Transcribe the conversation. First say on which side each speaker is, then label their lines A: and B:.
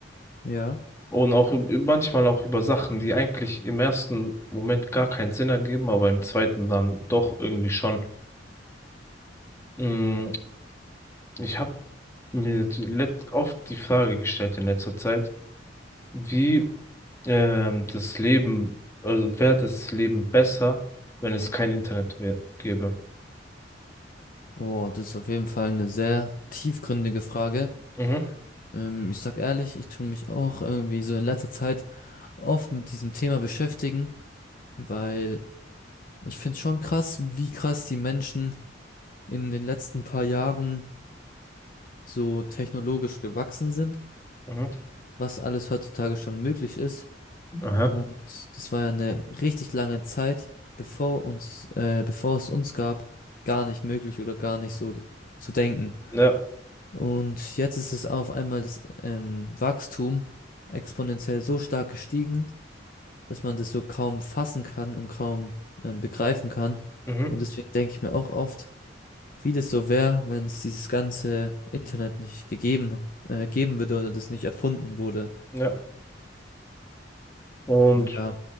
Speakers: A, on the left (about 50°); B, on the left (about 15°).
A: ja.
B: Und auch üb- manchmal auch über Sachen, die eigentlich im ersten Moment gar keinen Sinn ergeben, aber im zweiten dann doch irgendwie schon. Mm, Ich habe mir die, let- oft die Frage gestellt in letzter Zeit, wie ähm, das Leben, also wäre das Leben besser, wenn es kein Internet wär, gäbe.
A: Oh, das ist auf jeden Fall eine sehr tiefgründige Frage.
B: Mhm.
A: Ähm, ich sag ehrlich, ich tue mich auch irgendwie so in letzter Zeit oft mit diesem Thema beschäftigen, weil ich finde schon krass, wie krass die Menschen in den letzten paar Jahren so technologisch gewachsen sind,
B: Mhm.
A: was alles heutzutage schon möglich ist.
B: Aha.
A: Und das war ja eine richtig lange Zeit, bevor uns, äh, bevor es uns gab, gar nicht möglich oder gar nicht so zu denken.
B: Ja.
A: Und jetzt ist es auf einmal das ähm, Wachstum exponentiell so stark gestiegen, dass man das so kaum fassen kann und kaum ähm, begreifen kann.
B: Mhm.
A: Und deswegen denke ich mir auch oft, wie das so wäre, wenn es dieses ganze Internet nicht gegeben, äh, geben würde oder das nicht erfunden wurde.
B: Ja. Und
A: Ja,